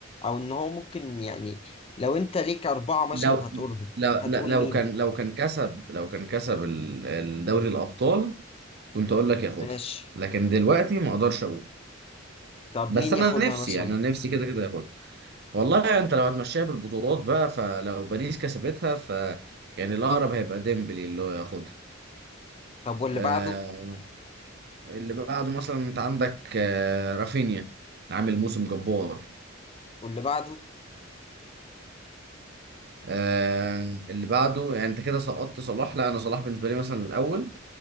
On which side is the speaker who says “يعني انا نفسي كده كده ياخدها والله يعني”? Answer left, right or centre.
Right